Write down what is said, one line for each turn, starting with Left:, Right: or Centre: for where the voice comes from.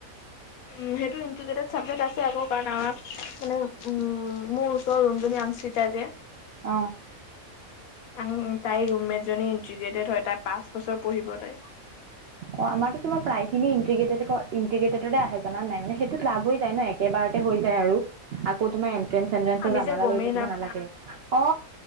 Left: উ সেইটো ইট্ৰটেড চাবজেক্ট আছে আকৌ কাৰণ আমাৰ মানে উ মোৰ ওচৰ ৰোম জনি আৰ্শিতা যে
Right: অ।
Left: আউ তাইৰ ৰুমমেট জনী ইণ্টিগ্ৰেটেড হয় তাই পাঁচ বছৰ পঢ়িব তাই।
Right: অ আমাৰতো তোমাৰ প্ৰায়খিনি ইটিগ্ৰটেডত ক ইটিগ্ৰটেড আহে জান নাই মানে সেইটোত লাভ হৈ যায় ন একেবাৰতে হৈ যায় আৰু। আকৌ তোমাৰ এণ্ট্ৰেঞ্চ
Left: আমি
Right: জামালা
Left: যে গমেই
Right: লৈ থাকিব
Left: নাপ
Right: নালাগে অ